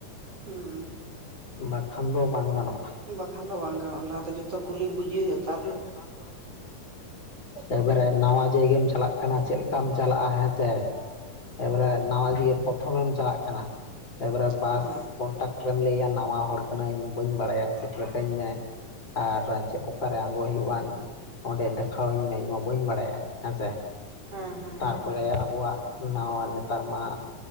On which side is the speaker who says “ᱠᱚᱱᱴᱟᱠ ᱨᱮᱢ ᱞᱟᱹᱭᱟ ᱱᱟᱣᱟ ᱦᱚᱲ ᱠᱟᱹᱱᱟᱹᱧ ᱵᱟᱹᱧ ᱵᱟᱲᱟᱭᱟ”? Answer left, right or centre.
Left